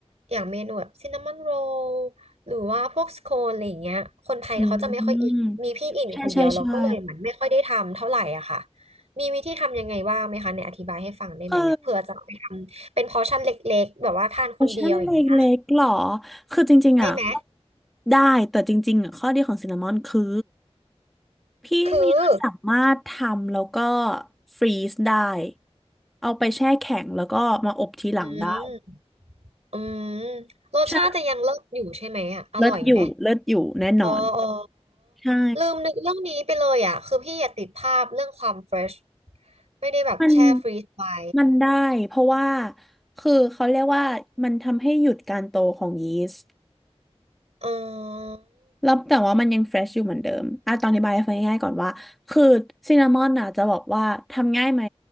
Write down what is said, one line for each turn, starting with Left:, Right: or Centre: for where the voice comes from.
Right: อย่างเมนูแบบซินนามอนโรลหรือว่าพวกสโคนอะไรอย่างเงี้ยคนไทยเขาจะไม่ค่อยอินมีพี่อินอยู่คนเดียวเราก็เลยเหมือนไม่ค่อยได้ทำเท่าไหร่อะค่ะ
Centre: อืมใช่ใช่ใช่
Right: มีวิธีทำยังไงบ้างไหมคะเนี่ยอธิบายให้ฟังได้ไหมอะเผื่อจะเอาไปทำเป็นพอร์ชั่นเล็กๆแบบว่าทานคนเดียวอย่างนี้ย
Centre: เออ โอชั่นเล็กๆหรอ คือจริงๆอ่ะ
Right: ได้ไหม
Centre: ได้แต่จริงๆอ่ะข้อดีของซินนามอนคือพี่เมียสามารถทำแล้วก็
Right: คือ
Centre: ฟรีซได้เอาไปแช่แข็งแล้วก็มาอบทีหลังได้
Right: อืมอืมรสชาติจะยังเลิศอยู่ใช่ไหมอะอร่อยไหม
Centre: ใช่เลิศอยู่เลิศอยู่แน่นอน
Right: อ๋ออ๋อ
Centre: ใช่
Right: ลืมนึกเรื่องนี้ไปเลยอะคือพี่อยากติดภาพเรื่องความเฟรชไม่ได้แบบแช่ฟรีซไว้
Centre: มันมันได้เพราะว่าคือเขาเรียกว่ามันทำให้หยุดการโตของยีสต์
Right: อืม
Centre: แล้วแต่ว่ามันยังเฟรชอยู่เหมือนเดิมอ่ะตอนอธิบายให้ฟังง่ายๆก่อนว่าคือซินนามอนอ่ะจะบอกว่าทำง่ายไหม